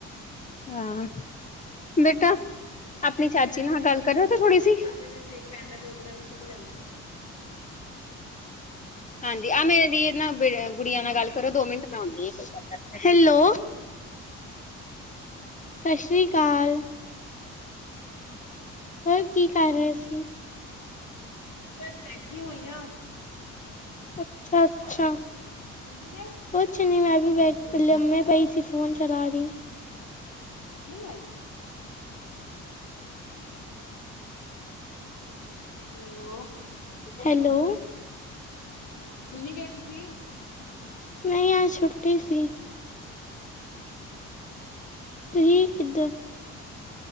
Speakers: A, on the left; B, on the left.
A: ਹਾਂ, ਬੇਟਾ
B: ਮਵਰੀ
A: ਆਪਣੀ ਚਾਚੀ
B: ਲੱਗਿਆ
A: ਨਾਲ ਗੱਲ
B: ਹੋਣਾ
A: ਕਰਿਓ
B: ਵੀ ਸਾਹਮਣੇ,
A: ਥੋੜ੍ਹੀ ਸੀ
B: ਤੇ ਉਹਦਾ ਵੀ ਸੇਕ ਪੈਂਦਾ, ਤੇ ਉਹਦੇ ਨਾਲ ਵੀ ਸੁੱਕ ਜਾਂਦਾ ਹੈ।
A: ਹਾਂਜੀ ਆਹ ਮੇਰੇ ਦੀ ਇਹ ਨਾ, ਗੁੜੀਆਂ ਨਾਲ ਗੱਲ ਕਰੋ ਦੋ ਮਿੰਟ ਮੈਂ, ਆਉਂਣੀ ਆ ਹੈਲੋ, ਸਤਿ ਸ੍ਰੀ ਅਕਾਲ
B: ਹੂ
A: ਹੋਰ ਕੀ ਕਰ ਰਹੇ ਸੀ
B: ਬਸ ਬੈਠੀ ਹੋਈ ਹਾਂ
A: ਅੱਛਾ-ਅੱਛਾ,
B: ਤੁਸੀਂ ਕੀ ਕਰ ਰਹੇ ਹੋ, ਸਕੂਲ ਨੀ ਗਏ
A: ਕੁਛ ਨੀ ਮੈਂ, ਵੀ ਬੈਠੀ ਲੱਮੈਂ ਪਾਈ ਸੀ। ਫੋਨ ਚਲਾ ਰਹੀ
B: ਅੱਜ ਕੀ ਆ ਹੈਲੋ,
A: ਹੈਲੋ
B: ਸਕੂਲ ਗਏ ਤੁਸੀਂ
A: ਨਹੀਂ ਅੱਜ ਛੁੱਟੀ ਸੀ। ਤੁਸੀਂ ਕਿੱਦਾ